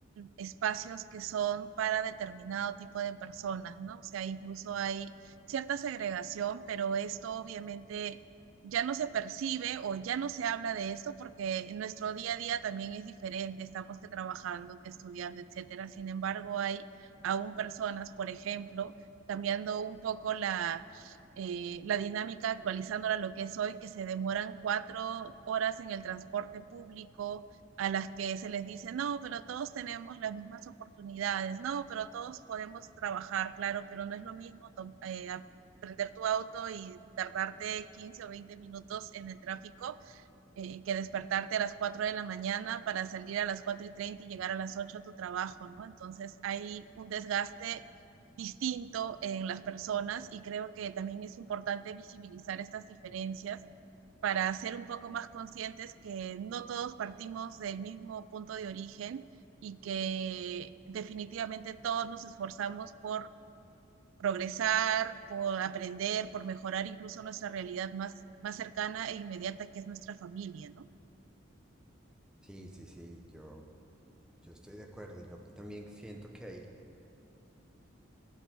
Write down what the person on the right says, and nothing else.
espacios que son para determinado tipo de personas, ¿no? O sea, incluso hay cierta segregación, pero esto obviamente ya no se percibe o ya no se habla de esto porque nuestro día a día también es diferente, estamos que trabajando, que estudiando, etcétera. Sin embargo, hay aún personas, por ejemplo, cambiando un poco la, eh, la dinámica, actualizándola a lo que es hoy, que se demoran cuatro horas en el transporte público, a las que se les dice, no, pero todos tenemos las mismas oportunidades, no, pero todos podemos trabajar, claro, pero no es lo mismo eh, aprender tu auto y tardarte 15 o 20 minutos en el tráfico eh, que despertarte a las 4 de la mañana para salir a las 4 y 30 y llegar a las 8 a tu trabajo, ¿no? Entonces hay un desgaste distinto en las personas y creo que también es importante visibilizar estas diferencias para ser un poco más conscientes que no todos partimos del mismo punto de origen y que definitivamente todos nos esforzamos por progresar, por aprender, por mejorar incluso nuestra realidad más, más cercana e inmediata que es nuestra familia, ¿no?